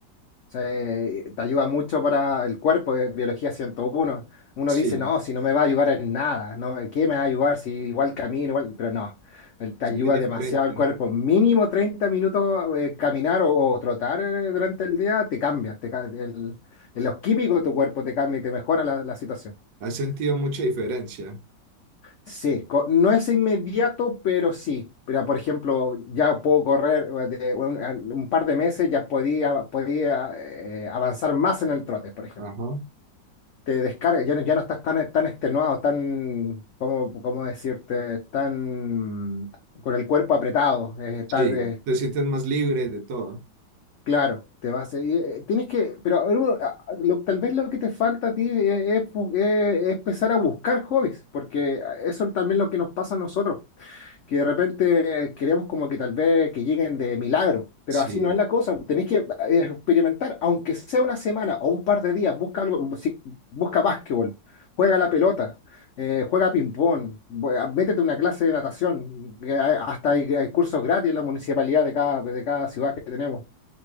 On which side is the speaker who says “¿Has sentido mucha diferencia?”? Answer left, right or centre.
Right